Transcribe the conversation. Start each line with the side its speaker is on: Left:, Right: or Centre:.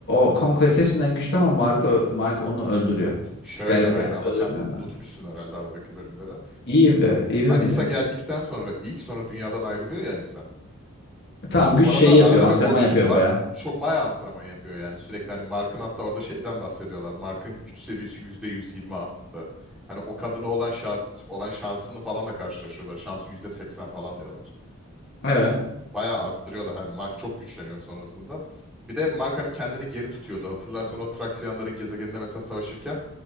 Left: o Conquest hepsinden güçlü ama Mark, ö- Mark onu öldürüyor.
Centre: Şöyle
Left: Garip
Centre: hayır
Left: yani.
Centre: ama
Left: Öldürmüyor
Centre: sen
Left: da.
Centre: unutmuşsun herhalde aradaki bölümleri.
Left: Eve. Eve
Centre: Anissa
Left: mi diyor?
Centre: geldikten sonra ilk sonra dünyadan ayrılıyor ya Anissa.
Left: E, Tamam güç
Centre: Orada
Left: şeyi yapıyor.
Centre: arada
Left: Antrenman
Centre: bir boşluk
Left: yapıyor
Centre: var.
Left: baya.
Centre: Çok bayağı antrenman yapıyor yani sürekli. Hani Mark'ın hatta orada şeyden bahsediyorlar. Mark'ın güç seviyesi %120 arttı. Hani o kadına olan şa olan şansını falan da karşılaşıyorlar. Şansı %80 falan diyorlar.
Left: Evet.
Centre: Bayağı arttırıyorlar. Hani Mark çok güçleniyor sonrasında. Bir de Mark hani kendini geri tutuyordu. Hatırlarsan o Traksiyanların gezegeninde mesela savaşırken